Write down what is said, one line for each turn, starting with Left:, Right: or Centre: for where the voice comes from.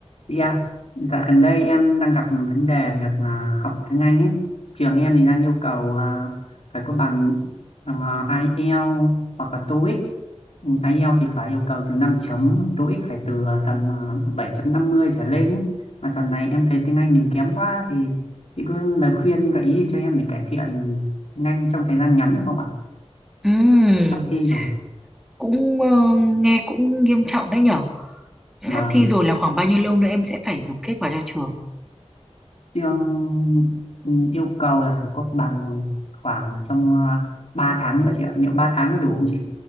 Left: Chị ạ, dạo gần đây em đang gặp vấn đề việc à, học tiếng Anh ấy. Trường em thì đang yêu cầu à, phải có bằng uh, IELTS hoặc là TOEIC. Ừ, IELTS thì phải yêu cầu từ 5 chấm, TOEIC phải từ à, tầm à, bảy chấm năm mươi trở lên ấy. Mà dạo này em thấy tiếng Anh mình kém quá thì chị có lời khuyên gợi ý cho em để cải thiện tiếng Anh trong thời gian ngắn được không ạ?
Centre: Ừm,
Left: Sắp thi rồi.
Centre: cũng ờ, nghe cũng nghiêm trọng đấy nhở. Sắp
Left: Vâng.
Centre: thi rồi là khoảng bao nhiêu lâu nữa em sẽ phải nộp kết quả cho trường.
Left: chương ừ, yêu cầu là phải có bằng khoảng trong ờ, 3 tháng nữa chị ạ liệu 3 tháng có đủ không chị